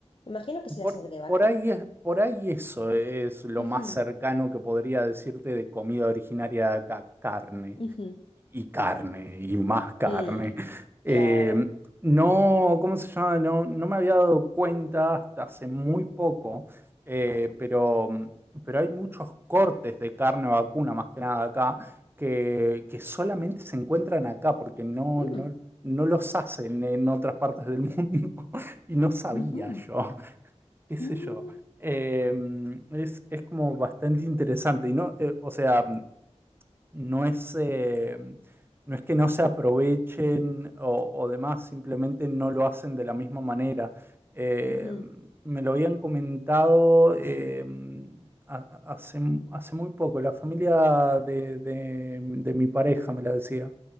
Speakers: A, on the left; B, on the right.
A: Imagino que será
B: Por,
A: sangre de vaca.
B: por ahí es, por ahí eso es lo
A: Ujú,
B: más cercano que podría decirte de comida originaria de acá, carne
A: ujú.
B: y carne y más carne.
A: Mm,
B: Eh,
A: claro.
B: no, ¿cómo se llama? No, no me había dado cuenta hasta hace muy poco, eh, pero, pero hay muchos cortes de carne vacuna, más que nada acá, que, que solamente se encuentran acá porque no,
A: Mm,
B: no, no los hacen en otras partes del mundo <laughs> y no sabía
A: ujú,
B: yo qué sé
A: mm,
B: yo, eh, es, es como bastante interesante. Y no, eh, o sea, no es, eh, no es que no se aprovechen o, o demás, simplemente no lo hacen de la misma manera. Eh,
A: ujú.
B: me lo habían comentado eh, ha- ha- hace, hace muy poco, la familia de, de- de mi pareja me la decía,